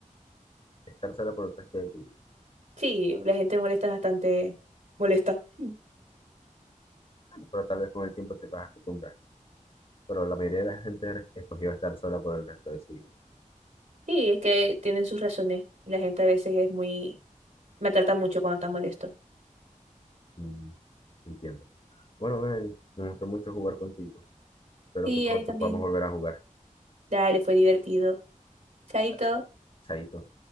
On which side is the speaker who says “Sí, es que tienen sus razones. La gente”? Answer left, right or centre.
Right